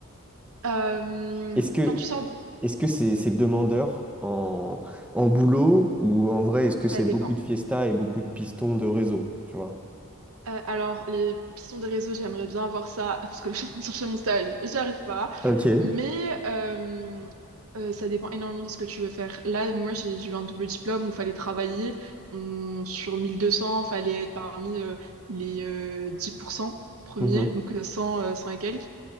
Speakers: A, on the right (about 70°); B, in the centre.
A: Euh,
B: Est-ce que
A: quand tu sors, d-
B: est-ce que c'est c'est demandeur en, en boulot ou en vrai, est-ce que c'est
A: ça dépend.
B: beaucoup de fiesta et beaucoup de pistons de réseau, tu vois?
A: Euh, alors, les pistons des réseaux, j'aimerais bien avoir ça, <laughs> parce que je suis en train de chercher mon stage, j'y arrive pas.
B: Ok.
A: Mais euh, euh, ça dépend énormément de ce que tu veux faire. Là, moi, j'ai j'ai eu un double diplôme où il fallait travailler. On- sur 1200, il fallait être parmi euh, les euh, 10% premiers,
B: Mhm.
A: donc euh, 100, euh, 100 et quelques.